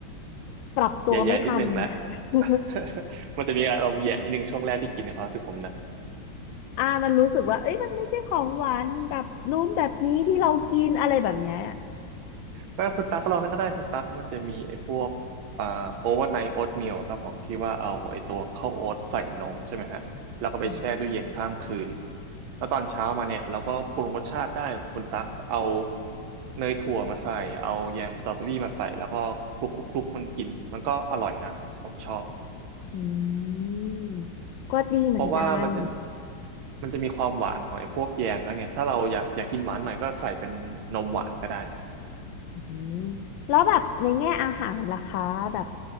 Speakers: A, on the left (about 80°); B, on the right (about 90°).
A: ปรับตัวไม่ทัน
B: แย่ๆนิดนึงแหละ
A: <laughs>
B: <laughs> มันจะมีอารมณ์แย่นิดนึงช่วงแรกที่กินในความรู้สึกผมนะ
A: อ่ามันรู้สึกว่าเอ้ยมันไม่ใช่ของหวานแบบนู้นแบบนี้ที่เรากินอะไรแบบเนี้ย
B: ถ้าคุณตั๊กก็ลองนั่นก็ได้คุณตั๊กมันจะมีไอ้พวกอ่าโอเวอร์ไนท์โอ๊ตมลครับผมที่ว่าเอาไอ้ตัวข้าวโอ๊ตใส่นมใช่ไหมฮะแล้วก็ไปแช่ตู้เย็นข้ามคืน
A: อืม
B: แล้วตอนเช้ามาเนี่ยเราก็ปรุงรสชาติได้คุณตั๊กเอาเนยถั่วมาใส่เอาแยมสตรอเบอรี่มาใส่แล้วก็คลุกคลุกคลุกมันกินมันก็อร่อยนะผมชอบ
A: อืมก็ดีเหมือนกัน
B: เพราะว่ามันจะมันจะมีความหวานของไอ้พวกแยมแล้วไงถ้าเราอยากอยากกินหวานหน่อยก็ใส่เป็นนมหวานก็ได้
A: อืมแล้วแบบในแง่อาหารล่ะคะแบบ